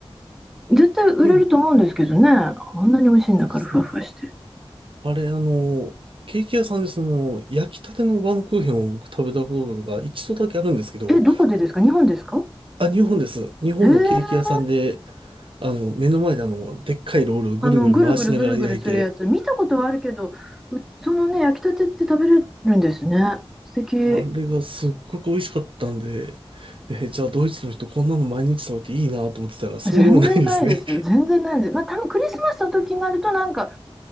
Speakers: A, in the centre; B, on the right (about 65°).
A: 絶対売れると思うんですけどね。
B: でも
A: あんなに美味しいんだから、
B: ですね、
A: ふわふわして。
B: あれ、あの、ケーキ屋さんでその、焼きたてのバームクーヘンを僕食べたことが一度だけあるんですけど、
A: え、どこでですか日本ですか
B: あ、日本です。日本のケーキ屋さんで、
A: えー、
B: あの、目の前であの、でっかいロールをぐるぐる回しながら焼いて、
A: あの、ぐるぐるぐるぐるするやつ、見たことはあるけど、うそのね、焼きたてって食べれるんですね。素敵。
B: あれがすっごく美味しかったんで、えーじゃあドイツの人こんなの毎日食べていいなと思ってたら、そうでもないですね。
A: 全然ないですよ。全然ないです。まあ、多分クリスマスの時になると、なんか、